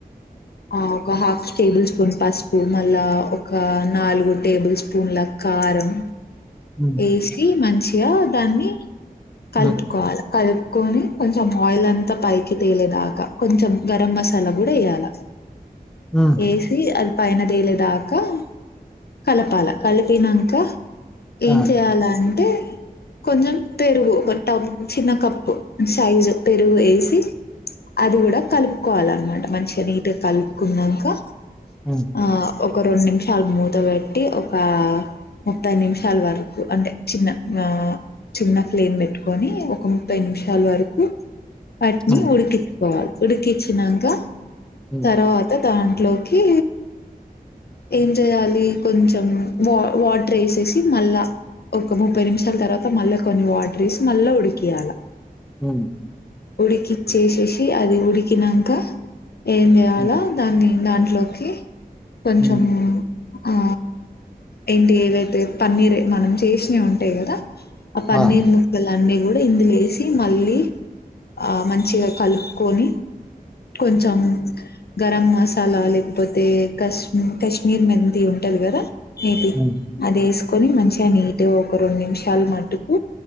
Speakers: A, on the left; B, in the centre.
A: ఆ ఒక హాఫ్ టేబుల్ స్పూన్ పసుపు మళ్ళా ఒక నాలుగు టేబుల్ స్పూన్ల కారం
B: ఉమ్
A: ఏసి మంచి ఇక దాన్ని కలుపుకోవాలా
B: ఉమ్ ఉమ్
A: కల్ కొని కొంచెం ఆయిల్ అంతా పైకి తేలేదాకా కొంచెం గరం మసాలా కూడా వేయాలా
B: ఉమ్
A: ఏసి అద పైనతేలేదాకా కలపాల కల్పినంకా ఏం
B: ఆ
A: చెయాలా అం టే కొంచెం పెరుగు టీమ్ చిన్న కప్పు సైజ్ పెరుగు వేసి అది కూడా కలుపుకోవాలన్నమాట మంచిగా నీ నీట్గా కలుపుకునంకా
B: ఉమ్
A: ఆ ఒక రెండు నిమిషాలు మూత పెట్టి ఒక ముప్పై నిమిషాల వరకు అంటే చిన్న ఆ చిన్న ఫ్లేమ్ పెట్టుకొని ఒక ముప్పై నిమిషాల వరకు వాటిని
B: ఉమ్
A: ఉడికించుకోవాలా ఉడికించినంకా
B: ఉమ్
A: తర్వాత దాంట్లోకి ఏం చెయాలి కొంచెం వా వాటర్ ఏసేసి మళ్ళా ఒక ముప్పై నిమిషాల తర్వాత మళ్ళా కొన్ని వాటర్ ఏసి మళ్ళా ఉడికియాల
B: వం
A: ఉడికిచ్చేసేసి అది ఉడికినంక ఏం చేయాలా
B: ఉమ్ ఉమ్
A: దాన్ని దాంట్లోకి కొంచమ్
B: ఉమ్,
A: ఆ ఏంటి ఏవైతే పన్నీర్ మనం చేసినయి ఉంటాయి కదా! అ పన్నీర్
B: ఆ
A: ముక్కలన్నీ గుడా ఇందులో ఏసి మళ్ళీ ఆ మంచిగా కలుపుకొని కొంచెం గరం మసాలా లేకపోతే కశ్మ కశ్మీర్ మెంతి ఉంటది కదా! మేతి
B: ఉమ్
A: అదేసుకొని మంచిగా నీ టే ఒక రొండు నిమిషాలు మట్టుకు